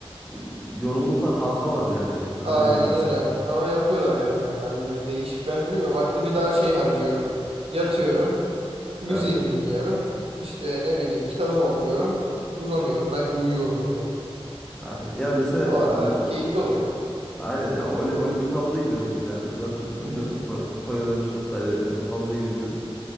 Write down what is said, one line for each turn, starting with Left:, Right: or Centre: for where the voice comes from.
Centre: e, yorgunlukla kalkamaz yani yerinden
Right: Aynen
Centre: öyle diyeyim ben
Right: öyle.
Centre: sana.
Right: Ama yapıyorlar ya kanka. Bilmiyorum değişik. Ben bilmiyorum. Vaktimi daha şey harcıyorum. Yatıyorum. Müziğimi
Centre: Evet.
Right: dinliyorum. İşte ne bileyim kitabımı okuyorum. Uzanıyorum. Belki uyuyorum bile.
Centre: Aynen. Ya mesela
Right: O arada
Centre: ben
Right: keyifli
Centre: bu-
Right: oluyor.
Centre: aynen ya Oli- olimpik havuza gidiyoruz biz yani. Zaten biliyorsun
Right: Hı hı.
Centre: Ko- Konya'da bir şey yok sadece havuza gidebiliriz.